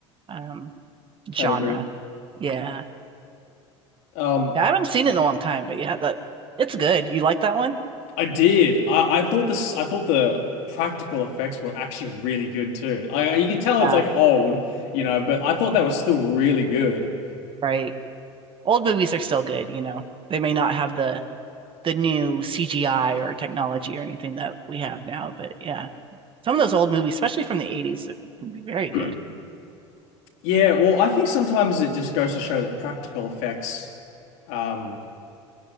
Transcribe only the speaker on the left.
category.
Um,
I did. I, I thought this. I thought the practical effects were actually really good too. I, you can tell it's
like old, you know, but I thought that was still really good.
<clears throat>
Yeah. Well, I think sometimes it just goes to show that practical effects um